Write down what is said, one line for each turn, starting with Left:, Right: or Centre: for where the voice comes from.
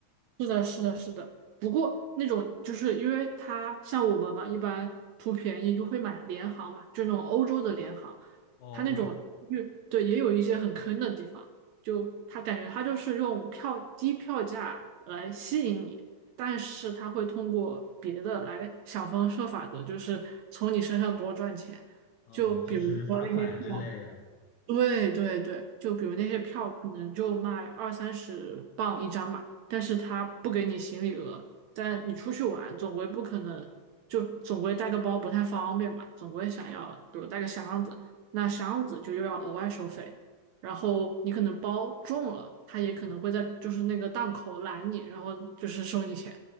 Right: 是的，是的，是的。不过那种就是因为他像我们嘛，一般图便宜就会买联行嘛，就那种欧洲的联行，
Left: 哦，
Right: 他那种越对也有一些很坑的地方，
Left: 我说，
Right: 就他感觉他就是用票低票价来吸引你，但是他会通过别的来想方设法的，就是从你身上多赚钱。
Left: 哦，
Right: 就比如说那些票。
Left: 就是罚款之类的。
Right: 对对对，就比如那些票可能就卖二三十磅一张嘛，但是他不给你行李额，但你出去玩总归不可能，就总归带个包不太方便吧，总归想要比如带个箱子，那箱子就又要额外收费，然后你可能包重了，他也可能会在就是那个档口拦你，然后就是收你钱，